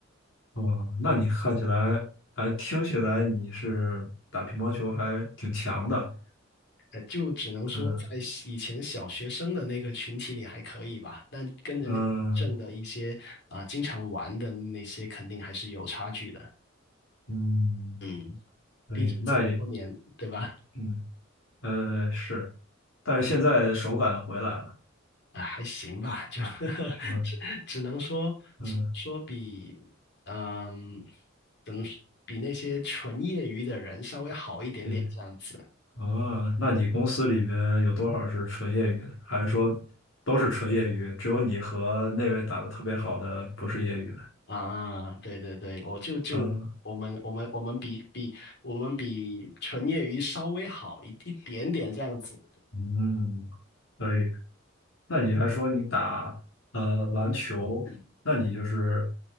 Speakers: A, on the left (about 70°); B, on the left (about 55°).
A: 哦，那你看起来，还听起来你是打乒乓球还挺强的，
B: 呃，就只能说在以前小学生的那个群体里还可以吧，
A: 嗯
B: 但跟人家正的一些啊、
A: 嗯
B: 经常玩的那些肯定还是有差距的。
A: 嗯，
B: 嗯，
A: 可以，
B: 毕竟这么多年，
A: 那也，
B: 对吧？
A: 嗯呃是，但是现在手感回来了，
B: 啊，还行吧，就 <laughs>
A: 是吧？
B: 只只能说，
A: 嗯，
B: 只说比嗯，怎么说比那些纯业余的人稍微好一点点这样子。
A: 对，哦，那你公司里边有多少是纯业余的？还是说都是纯业余？只有你和那位打的特别好的不是业余的？
B: 啊，对对对，我就就我们我们我们比比我们比纯业余稍微好一一点点这样子。
A: 嗯嗯。可以，那你还说你打呃篮球，那你就是